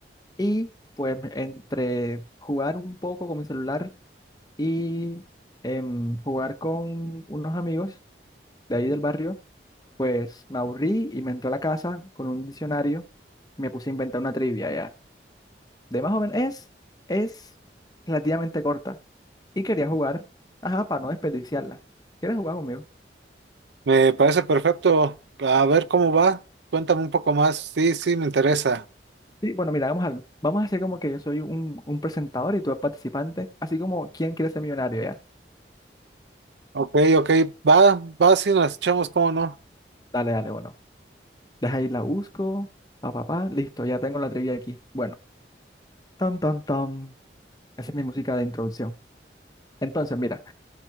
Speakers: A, on the left; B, on the right.
A: Y pues entre jugar un poco con mi celular y em, jugar con unos amigos de ahí del barrio, pues me aburrí y me entré a la casa con un diccionario y me puse a inventar una trivia ya. De más o menos, es, es relativamente corta y quería jugar, ajá, para no desperdiciarla. ¿Quieres jugar conmigo?
B: Me parece perfecto. A ver cómo va. Cuéntame un poco más. Sí, sí, me interesa.
A: Sí, bueno, mira, hagamos algo. Vamos a hacer como que yo soy un, un presentador y tú eres participante, así como ¿Quién quiere ser millonario ya?
B: Ok, ok, va, va, sí, nos echamos, ¿cómo no?
A: Dale, dale, bueno. Deja ahí la busco, pa, pa, pa, listo, ya tengo la trivia aquí. Bueno, tam, tam, tam. Esa es mi música de introducción. Entonces, mira,